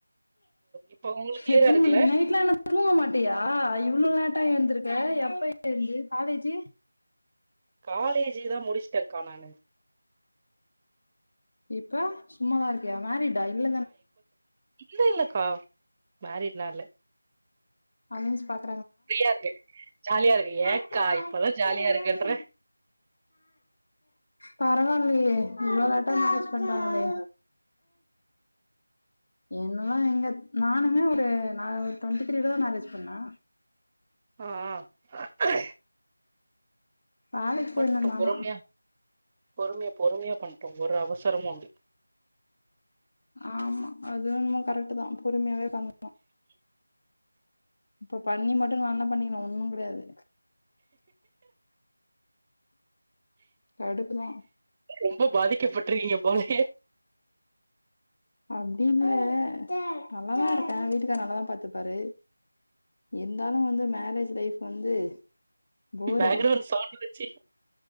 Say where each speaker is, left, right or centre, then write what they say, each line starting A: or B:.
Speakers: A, on the right; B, on the left.
A: இப்ப உங்களுக்கு கிளியரா
B: எத்தன
A: இருக்குல்ல
B: மணிக்கு நைட்லான்னா தூங்கமாட்டியா இவ்ளோ லேட்டா ஏந்துருக்க எப்ப எழுந்து காலேஜு
A: காலேஜுதா முடிச்ட்டக்கா நானு
B: இப்ப சும்மாதா இருக்கியா மேரிடா இனி
A: இல்ல இல்லக்கா மேரிட்லா இல்ல
B: அன்ஸ் பாக்
A: ஃப்ரீயா இருக்கே ஜாலியா இருக்கே
B: பாக்குறாங்களா
A: ஏக்கா இப்பதா ஜாலியா இருக்கன்ற
B: பரவால்லியே இவ்ளோ லேட்டா மேரேஜ் பண்றாங்ளே என்னலா எங்க நானுமே ஒரு நா ஒரு டோண்ட்டி த்ரீலதா மேரேஜ் பண்ண
A: அ ஆ ஆ
B: வேலைக்கு போயிருந்தே
A: பண்ட்டு
B: நானா
A: பொறுமையா பொறுமையா பொறுமையா பண்ட்டோ ஒரு அவசரமு இல்ல
B: ஆமா அது என்னவோ கரெக்ட்டுதா பொறுமையாவே பண் இப்ப பண்ணிமட்டோ நா என்னா பண்ணிக்கின்ன ஒன்னு கெடையாது கடுப்பு தா
A: ரொம்ப பாதிக்கப்பட்ருக்கீங்க போலயே
B: அப்டின்ல நல்லா தா இருக்க வீட்டுக்கார் நல்லா தா பாத்துப்பாரு இருந்தாலு வந்து மேரேஜ் லைஃப் வந்து போரிங்
A: பேக்ரவுண்ட் சவுண்டு வச்சி